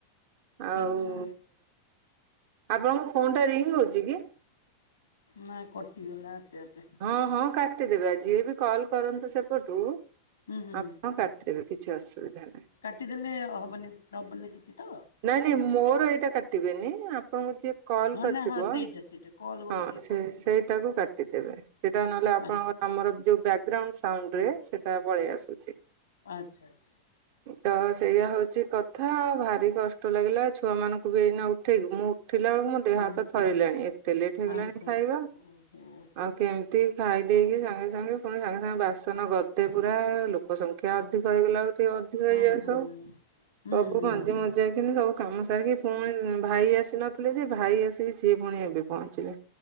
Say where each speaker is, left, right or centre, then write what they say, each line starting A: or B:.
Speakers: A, on the right (about 50°); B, on the left (about 70°).
A: ଆଉ
B: ଆଚ୍ଛା
A: ଆପଣଙ୍କ ଫୋନ୍ ଟା ରିଙ୍ଗ୍ ହଉଛି କି?
B: ନାଁ କଟିଗଲା ଆପେ ଆପେ।
A: ହଁ ହଁ କାଟିଦେବେ ଆଜି ଯିଏ ବି କଲ୍ କରନ୍ତୁ ସେପଟୁ
B: ହୁଁ ହୁଁ
A: ଆପଣ କାଟିଦେବେ କିଛି ଅସୁବିଧା ନାହିଁ।
B: କାଟିଦେଲେ ହବନି ହବନି କିଛି ତ
A: ନାଇଁ ନାଇଁ ମୋର ଏଇଟା କାଟିବେନି ଆପଣଙ୍କୁ ଯିଏ କଲ୍
B: ହଁ
A: କରିଥିବ
B: ନା ହଁ ସେଇଟା ସେଇଟା କଲ୍ ଗୋଟେ
A: ହଁ
B: କିଏ
A: ସେ
B: କରିଥିଲା
A: ସେଇଟାକୁ
B: ତ
A: କାଟିଦେବେ। ସେଇଟା ନହେଲେ ଆପଣଙ୍କର
B: ଆଚ୍ଛା
A: ଆମର ଯୋଉ ବ୍ୟାଗଗ୍ରାଉଣ୍ଡ୍ ସାଉଣ୍ଡରେ ସେଟା ପଳେଇ ଆସୁଛି।
B: ଆଚ୍ଛା ଆଚ୍ଛା ଆଚ୍ଛା।
A: ତ ସେଇଆ ହଉଛି କଥା ଭାରି କଷ୍ଟ ଲାଗିଲା ଛୁଆ ମାନଙ୍କୁ ବି ଏଇନା ଉଠେଇଲି ମୁଁ। ଉଠିଲା ବେଳକୁ ମୋ ଦେହ
B: ହୁଁ
A: ହାତ ଥରିଲାଣି ଏତେ ଲେଟ୍ ହେଇଗଲାଣି
B: ଆଚ୍ଛା ଆଚ୍ଛା
A: ଖାଇବା।
B: ଓହୋ
A: ଆଉ କେମିତି ଖାଇ ଦେଇକି ସାଙ୍ଗେ ସାଙ୍ଗେ ପୁଣି ସାଙ୍ଗେ ସାଙ୍ଗେ ବାସନ ଗଦେ ପୁରା ଲୋକ ସବୁ ଟିକେ ଅଧିକ ହେଇଗଲା ବେଳକୁ ଟିକେ ଅଧିକ
B: ହଁ
A: ହେଇଯାଏ
B: ହଁ।
A: ସବୁ
B: ହୁଁ
A: ସବୁ
B: ହୁଁ
A: ମାନେ ଯେମି ଯାଇକିନା ସବୁ କାମ ସାରିକି ପୁଣି ଭାଇ ଆସି ନଥିଲେ ଯେ ଭାଇ ଆସିକି ସିଏ ପୁଣି ଏବେ ପହଞ୍ଚିଲେ।